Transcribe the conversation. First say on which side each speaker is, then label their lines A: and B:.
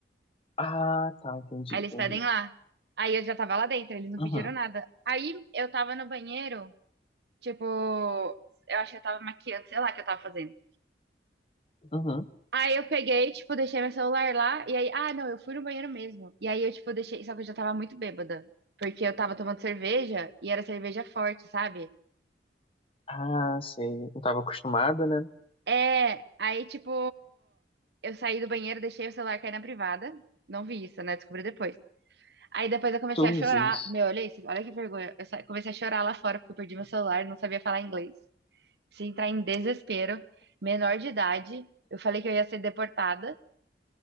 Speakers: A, on the left; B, on the right.
A: Ah, tá, entendi,
B: Aí
A: entendi.
B: eles pedem lá. Aí eu já tava lá dentro, eles não
A: Uhum,
B: pediram nada. Aí eu tava no banheiro Tipo, eu acho que eu tava maquiando, sei lá o que eu tava fazendo.
A: uhum.
B: Aí eu peguei, tipo, deixei meu celular lá, e aí, ah, não, eu fui no banheiro mesmo. E aí eu, tipo, deixei, só que eu já tava muito bêbada, porque eu tava tomando cerveja, e era cerveja forte, sabe?
A: Ah, sei. Não tava acostumada, né?
B: É, aí, tipo, eu saí do banheiro, deixei o celular cair na privada, não vi isso, né? Descobri depois. Aí depois eu comecei
A: Cruzes.
B: a chorar, meu, olha isso, olha que vergonha. Eu sa- comecei a chorar lá fora, porque eu perdi meu celular, não sabia falar inglês. se entrar em desespero, menor de idade. Eu falei que eu ia ser deportada,